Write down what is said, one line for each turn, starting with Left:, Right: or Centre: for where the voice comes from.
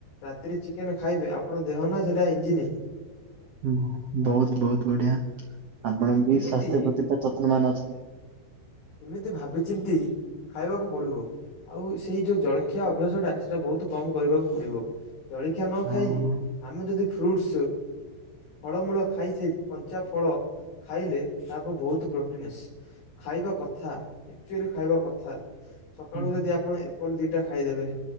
Left: ରାତିରେ ଚିକେନେ ଖାଇବେ ଆପଣ ଦେହ ନା ସେଇଟା ଇଞ୍ଜିିନି
Right: ହଁ ବହୁତ ବହୁତ ବଢିଆ। ଆପଣ ବି
Left: ଏମିତି
Right: ସ୍ଵାସ୍ଥ୍ୟ ପ୍ରତି ଯତ୍ନବାନ ଅଛନ୍ତି।
Left: ଏମିତି ଭାବିଚିନ୍ତି ଖାଇବାକୁ ପଡିବ। ଆଉ ସେଇ ଯୋଉ ଜଳଖିଆ ଅଭ୍ୟାସ ଟା ସେଇଟା ବହୁତ କମ୍ କରିବାକୁ ପଡିବ। ଜଳଖିଆ ନ
Right: ହଁ
Left: ଖାଇକି ଆମେ ଯଦି ଫ୍ରୁଟସ୍ ଫଳମୂଳ ଖାଇଥେ କଞ୍ଚା ଫଳ ଖାଇଲେ ତା ବହୁତ ପ୍ରୋଟିନସ୍ ଖାଇବା କଥା ଆକ୍ଚୁଲି ଖାଇବା କଥା। ସକାଳୁ
Right: ହୁଁ
Left: ଯଦି ଆପଣ ଏପଲ ଦିଟା ଖାଇଦେବେ